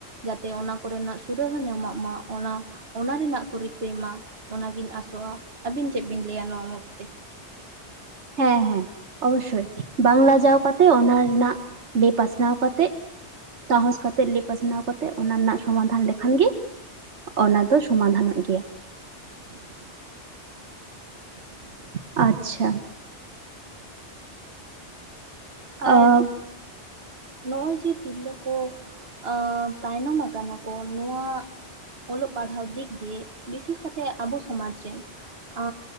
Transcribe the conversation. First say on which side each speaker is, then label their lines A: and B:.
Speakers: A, on the right; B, on the right.
A: ᱡᱟᱛᱮ ᱚᱱᱟ ᱠᱚᱨᱮᱱᱟᱜ ᱥᱩᱨᱟᱹ ᱦᱚᱸ ᱧᱟᱢᱚᱜ ᱢᱟ ᱚᱱᱟ, ᱚᱱᱟ ᱨᱮᱱᱟᱜ ᱠᱚ ᱨᱤᱠᱟᱹᱭ ᱢᱟ᱾ ᱚᱱᱟᱜᱤᱧ ᱟᱥᱚᱜᱼᱟ, ᱟᱹᱵᱤᱱ ᱪᱮᱫ ᱵᱤᱱ ᱞᱟᱹᱭᱟ ᱱᱚᱣᱟ ᱢᱩᱫᱽ ᱛᱮ᱾
B: ᱦᱮᱸ ᱦᱮᱸ ᱚᱵᱚᱥᱳᱭ ᱵᱟᱝ ᱞᱟᱡᱟᱣ ᱠᱟᱛᱮ ᱚᱱᱟ ᱨᱮᱱᱟᱜ ᱞᱟᱹᱭ ᱯᱟᱥᱱᱟᱣ ᱠᱟᱛᱮᱜ ᱥᱟᱦᱚᱸᱥ ᱠᱟᱛᱮᱜ ᱞᱟᱹᱭ ᱯᱟᱥᱱᱟᱣ ᱠᱟᱛᱮᱜ ᱚᱱᱟ ᱨᱮᱱᱟᱜ ᱥᱚᱢᱟᱫᱷᱟᱱ ᱞᱮᱠᱷᱟᱱ ᱜᱮ ᱚᱱᱟ ᱫᱚ ᱥᱚᱢᱟᱫᱷᱟᱱᱚᱜ ᱜᱮᱭᱟ᱾ ᱟᱪᱪᱷᱟ᱾
A: ᱟᱨ
B: ᱟ
A: ᱱᱚᱸᱜᱼᱚᱭ ᱡᱮ ᱛᱤᱨᱞᱟᱹ ᱠᱚ ᱟ ᱛᱟᱭᱱᱚᱢ ᱟᱠᱟᱱᱟ ᱠᱚ ᱱᱚᱣᱟ ᱚᱞᱚᱜ ᱯᱟᱲᱦᱟᱣ ᱫᱤᱜ ᱫᱤᱭᱮ ᱵᱤᱥᱮᱥ ᱠᱟᱛᱮ ᱟᱵᱚ ᱥᱚᱢᱟᱡᱽ ᱨᱮ, ᱟ